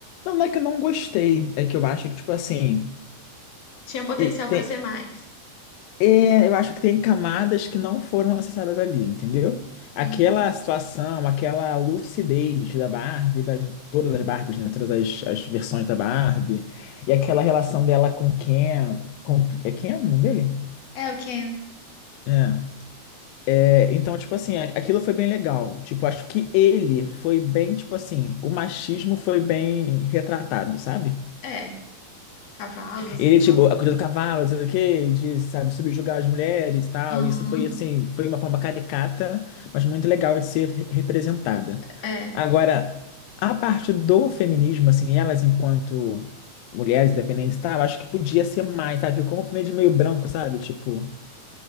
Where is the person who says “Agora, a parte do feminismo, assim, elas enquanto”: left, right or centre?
Left